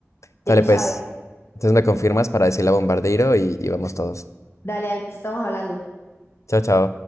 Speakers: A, on the left (about 80°); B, on the left (about 55°).
A: Dale,
B: Ya tú sabes.
A: pues. Entonces me confirmas para decirle a Bombardeiro y, y vamos todos.
B: Dale, entonces estamos hablando.
A: Chao, chao.